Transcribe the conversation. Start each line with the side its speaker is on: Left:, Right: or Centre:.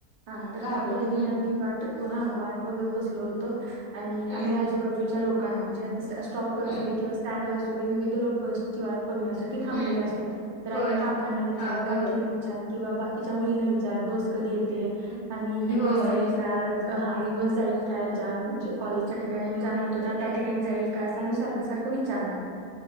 Right: हा तर
Left: घाबरतो
Right: त्या पद्धतीने
Left: हम्म
Right: आम्ही वाट हा वाट बघत बसल होतो आणि
Left: हम्म
Right: आम्ही आजूबाजूच्या लोकांना म्हणजे स्टॉप वर असू
Left: हम्म
Right: दे किंवा स्टँडवर असू दे विविध लोक बसची वाट बघण्यासाठी थांबले
Left: हम्म,
Right: असतात तर
Left: होय.
Right: आम्ही काकांना विचार
Left: हा, होय,
Right: काकीना
Left: होय.
Right: विचार विचार किंवा बाकीचा मुलीच विचार बस कधी येते
Left: हं,
Right: आणि ही
Left: होय.
Right: बस हा ही बस जाईल का ज्या म्हणजे कॉलेजच्या ठिकाणी आम्ही जाणार होतो ना त्या ठिकाणी जाईल का असं आम्ही सारख सारख विचारणार